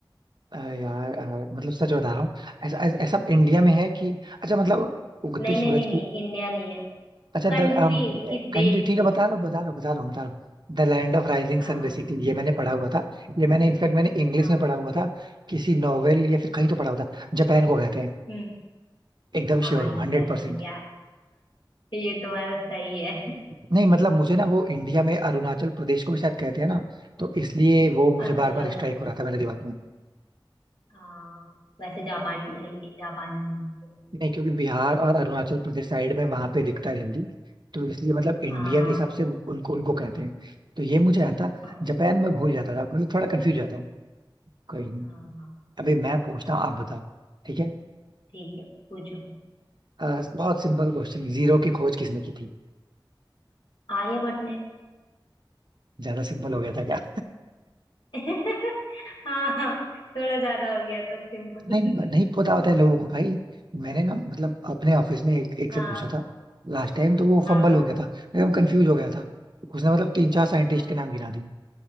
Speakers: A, on the right; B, on the left.
A: अ, यार अ, मतलब सच बता रहा हूँ ऐसा ऐसा ऐसा इंडिया
B: हम्म,
A: में है कि अच्छा मतलब उगते
B: नहीं
A: सूरज
B: नहीं नहीं
A: की
B: नहीं इंडिया नहीं है
A: अच्छा
B: कंट्री
A: द
B: किस देश
A: कंट्री ठीक
B: को
A: है बता रहा हूँ बता रहा हूँ बता रहा हूँ बता रहा हूँ The land of rising
B: हाँ
A: sun basically ये मैंने पढ़ा हुआ था ये मैंने इनफैक्ट मैंने इंग्लिश
B: हाँ
A: में पढ़ा हुआ था किसी नॉवेल या फिर कहीं तो पढ़ा हुआ था जापान को कहते हैं
B: हम्म
A: एकदम
B: हाँ
A: श्योर हूँ
B: एग्जैक्टली
A: हंड्रेड परसेंट
B: यार ये तुम्हारा सही है
A: नहीं मतलब मुझे ना वो इंडिया में अरुणाचल प्रदेश को भी शायद कहते हैं ना तो इसलिए वो मुझे
B: <laughs> अच्छा
A: बार बार स्ट्राइक हो रहा था मेरे दिमाग में
B: हाँ वैसे जापान नहीं जापानी है, जो तुमने
A: नहीं
B: बोला
A: क्योंकि बिहार और अरुणाचल प्रदेश साइड में वहां पे दिखता है जल्दी तो इसलिए मतलब इंडिया
B: हाँ
A: के हिसाब से उनको उनको कहते हैं तो ये मुझे आता
B: हाँ
A: जापान में भूल जाता था मतलब थोड़ा कंफ्यूज जाता हूँ कहीं नहीं
B: हाँ हाँ,
A: अभी मैं पूछता हूँ आप बताओ ठीक है
B: ठीक है पूछो
A: अ, बहुत सिंपल क्वेश्चन जीरो की खोज किसने की थी
B: आर्यभट्ट ने
A: ज्यादा सिंपल हो गया था क्या
B: <laughs> हाँ हाँ थोड़ा ज्यादा हो गया था सिंपल
A: नहीं नहीं
B: <laughs>
A: पता होता है लोगों को भाई मैंने ना मतलब अपने ऑफिस में एक, एक
B: हाँ
A: से पूछा था लास्ट टाइम तो वो
B: हाँ
A: फंबल
B: हाँ
A: हो गया था एकदम कंफ्यूज हो गया था उसने मतलब तीन चार साइंटिस्ट
B: हाँ
A: के नाम गिना दिए